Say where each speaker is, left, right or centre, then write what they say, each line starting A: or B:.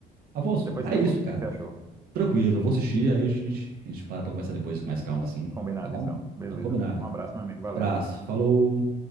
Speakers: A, on the right; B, on the right.
A: Afonso,
B: Depois
A: é
B: você me
A: isso,
B: conta
A: cara.
B: o que você achou.
A: Tranquilo, eu vou assistir, aí a gente, a gente para pra conversar depois com mais calma, assim.
B: Combinado,
A: Tá bom?
B: então. Beleza.
A: Então, combinado.
B: Um abraço, meu amigo. Valeu.
A: Abraço, falou.